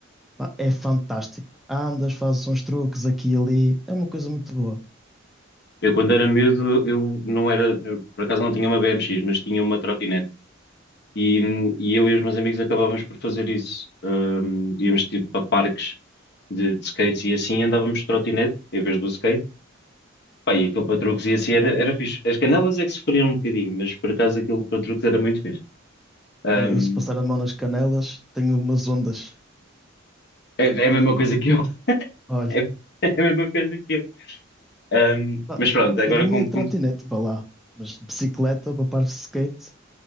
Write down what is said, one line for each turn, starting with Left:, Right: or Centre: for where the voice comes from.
Centre: pá, é fantástico. Andas, fazes uns truques aqui e ali, é uma coisa muito boa.
Left: Eu, quando era miúdo, eu não era, eu, por acaso não tinha uma BMX, mas tinha uma trotinete. E, hum, e eu e os meus amigos acabávamos por fazer isso. Ahm, íamos tipo para parques de, de skates e assim andávamos de trotinete em vez do skate. Pá, e aquilo para truques e assim era, era fixe. As canelas é que sofriam um bocadinho, mas por acaso aquilo para truques era muito fixe. Ahm,
Centre: Eu, eu, se passar a mão nas canelas, tenho umas ondas.
Left: é, é a mesma coisa que eu.
Centre: Olha,
Left: <laughs> É, a mesma coisa que eu. Ahm,
Centre: pá,
Left: mas pronto, agora
Centre: eu não
Left: como,
Centre: ia de
Left: como-
Centre: trotinete para lá, mas de bicicleta para parte de skate